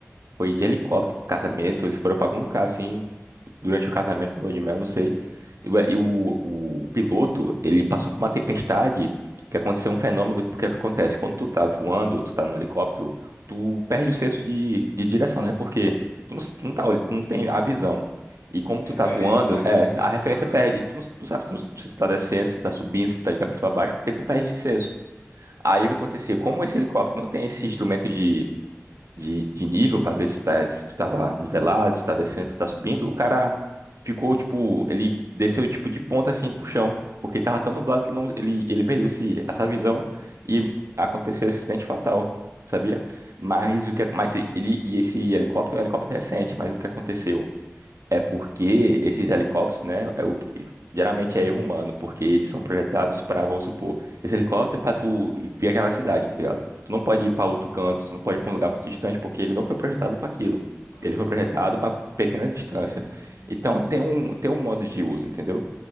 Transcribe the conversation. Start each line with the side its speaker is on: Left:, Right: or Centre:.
Right: Foi de helicóptero pro casamento. Eles foram pra algum lugar assim durante o casamento, no lua de mel, não sei. E, o, e o- o piloto, ele passou por uma tempestade que aconteceu um fenômeno, porque é o que acontece? Quando tu tá voando, tu tá no helicóptero, tu perde o senso de, de direção, né? Porque tu não, s- tu não tá, olh- não tem a visão. E como tu
Left: Referência,
Right: tá voando,
Left: né? A referência
Right: é, a
Left: do
Right: referência
Left: chão,
Right: perde.
Left: né?
Right: Tu não, s- tu sabe se tu se tu tá descendo, se tu tá subindo, se tu tá de cabeça pra baixo, porque tu perde esse senso. Aí o que aconteceu? Como esse helicóptero não tem esse instrumento de, de nível para ver se, tá, se tu tava nivelado, se tu tá descendo, se tu tá subindo, o cara ficou, tipo, ele desceu, tipo, de ponta, assim, pro chão, porque tava tão nublado que ele, não, ele, ele perdeu esse, essa
Left: Ah,
Right: visão
Left: é,
Right: e
Left: é,
Right: aconteceu esse acidente fatal, sabia? Mas
Left: é.
Right: o que, mas ele, e esse helicóptero é um helicóptero recente, mas o que aconteceu? É porque esses helicópteros, né, é o que- geralmente é erro humano, porque eles são projetados para, vamos supor, esse helicóptero é para tu ir viajar na cidade, tá ligado? Tu não pode ir para outro canto, tu não pode ir para um lugar muito distante, porque ele não foi projetado para aquilo.
Left: Ah,
Right: Ele foi projetado para pequena distância.
Left: entendi,
Right: Então
Left: entendi.
Right: tem um tem um modo de uso, entendeu?